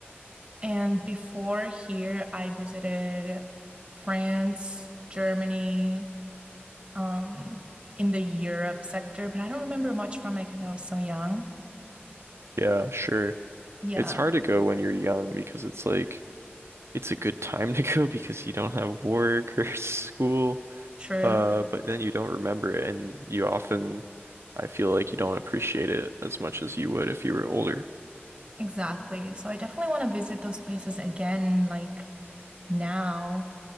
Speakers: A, on the right; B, on the right.
A: and before here, I visited France, Germany, um in the Europe sector, but I don't remember much from it because I was so young.
B: Yeah, sure.
A: Yeah,
B: It's hard to go when you're young because it's like it's a good time to go <laughs> because you don't have work or <laughs> school.
A: true.
B: Uh, but then you don't remember it and you often I feel like you don't appreciate it as much as you would if you were older.
A: Exactly. So I definitely want to visit those places again, like now,